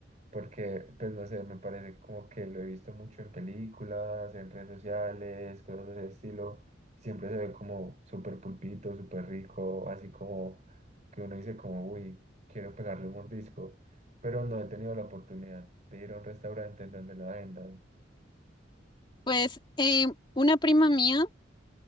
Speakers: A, on the right (about 40°); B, on the left (about 25°).
A: porque, pues no sé, me parece como que lo he visto mucho en películas, en redes sociales, cosas de ese estilo, siempre se ve como súper pulpito, súper rico, así como que uno dice como, uy, quiero pegarle un mordisco, pero no he tenido la oportunidad de ir a un restaurante en donde lo vendan.
B: Pues eh, una prima mía,